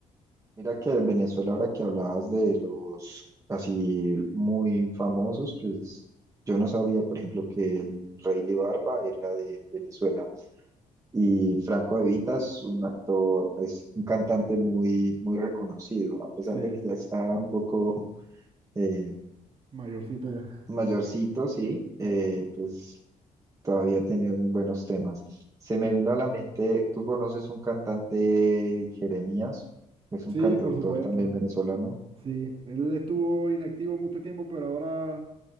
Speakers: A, on the right; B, on the right.
A: Mira que Venezuela, ahora que hablabas de los así muy famosos, pues yo no sabía, por ejemplo, que el Rey de Barba era de Venezuela. Y Franco De Vita es un actor, es un cantante muy, muy reconocido, a pesar
B: Sí, exacto.
A: de que ya está un poco eh,
B: Mayorcito ya.
A: mayorcito, sí, eh,
B: <laughs>
A: pues todavía tiene un- buenos temas. Se me vino a la mente, ¿tú conoces un cantante Jeremías? Es
B: Sí,
A: un cantautor
B: por supuesto.
A: también venezolano.
B: Sí, él estuvo inactivo mucho tiempo, pero ahora,